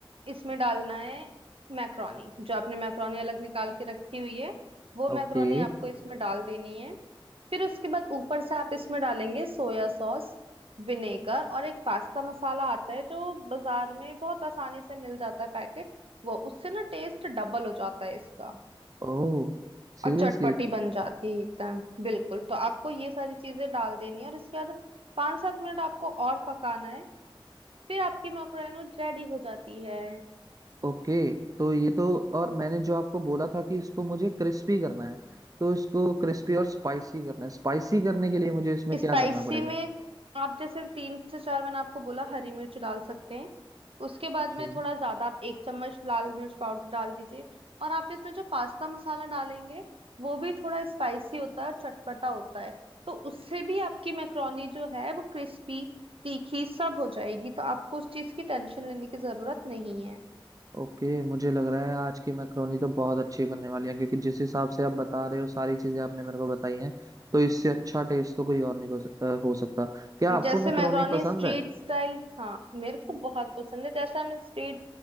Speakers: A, on the right; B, on the right.
A: इसमें डालना है मैक्रोनी जो आपने मैक्रोनी अलग निकाल के रखी हुई है वो मैक्रोनी
B: ओके
A: आपको इसमें डाल देनी है फिर उसके बाद ऊपर से आप इसमें डालेंगे सोया सॉस विनेगर और एक पास्ता मसाला आता है जो बाजार में बहुत आसानी से मिल जाता है पैकेट वो उससे ना टेस्ट डबल हो जाता है इसका
B: Oh seriously
A: और चटपटी बन जाती है एकदम बिल्कुल तो आपको ये सारी चीजें डाल देनी है और इसके बाद पाँच सात मिनट आपको और पकाना है फिर आपकी मैक्रोनूड रेडी हो जाती है
B: ओके तो ये तो और मैंने जो आपको बोला था कि इसको मुझे क्रिस्पी करना है तो इसको क्रिस्पी और स्पाइसी करना है स्पाइसी करने के लिए मुझे इसमें क्या
A: स्पाइसी
B: करना पड़ेगा
A: में आप जैसे तीन से चार मैंने आपको बोला हरी मिर्च डाल सकते हैं उसके बाद
B: जी
A: में थोड़ा ज्यादा आप एक चम्मच लाल मिर्च पाउडर डाल दीजिए और आप इसमें जो पास्ता मसाला डालेंगे वो भी थोड़ा स्पाइसी होता है और चटपटा होता है तो उससे भी आपकी मैक्रोनी जो है वो क्रिस्पी तीखी सब हो जाएगी तो आपको उस चीज की टेंशन लेने की जरूरत नहीं है
B: ओके मुझे लग रहा है आज की मैक्रोनी तो बहुत अच्छी बनने वाली है क्योंकि जिस हिसाब से आप बता रहे हो सारी चीजें आपने मेरे को बताई हैं तो इससे अच्छा टेस्ट तो कोई और नहीं हो, सक- अ, हो सकता क्या आपको
A: जैसे
B: मैक्रोनी
A: मैक्रोनी
B: पसंद
A: स्ट्रीट
B: है
A: स्टाइल हाँ मेरे को बहुत पसंद है जैसे हम स्ट्रीट